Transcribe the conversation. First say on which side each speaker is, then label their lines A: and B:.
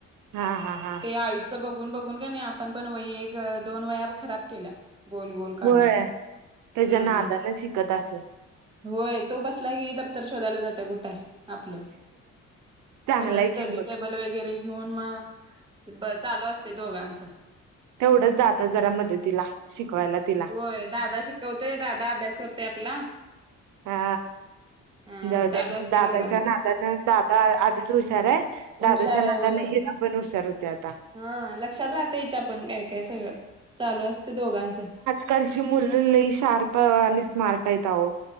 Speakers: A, on the right; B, on the right.
A: हा हा हा
B: ते आईचं बघून बघून का नाही आपण पण वय एक, दोन वया खराब केल्या गोलबोल काढून
A: होय त्याच्या
B: हम्म
A: नादानं शिकत असल
B: होय तो बसला की दफ्तर शोधायला जाते कुठाय आपलं
A: चांगलाय
B: त्याच स्टडी
A: की मग
B: टेबल वगैरे घेऊन मग ब चालू असते दोघाचं.
A: तेवढंच जात जारा मदतीला शिकवायला तिला
B: होय दादा शिकवतोय दादा अभ्यास करतोय आपला
A: हा
B: अ
A: जाऊ
B: चालू
A: दे
B: असते
A: दादाच्या
B: दोघांचं.
A: नादानं दादा आधीच हुशार आहे. दादाच्या
B: हुशार आहे
A: नादाने
B: होय.
A: घिला पण हुशार होते आता
B: हा लक्षात राहते याच्या पण काय काय सगळं चालू असते दोघांचं
A: कालची मुलली शार्प आणि स्मार्ट आहेत अहो.